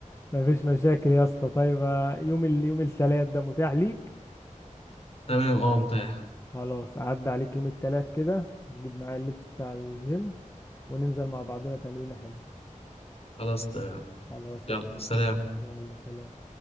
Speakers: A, on the left; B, on the left.
A: مفيش مشاكل يا اسطى طيب آه، يوم ال... يوم التلات ده متاح ليك
B: تمام اه متاح
A: خلاص عدى عليك يوم التلات كده نجيب معايا اللبس بتاع الجيم وننزل مع بعضنا تمرينة حلوة
B: خلاص تمام.
A: خلاص
B: يلا
A: هكلمك
B: سلام
A: يلا سلام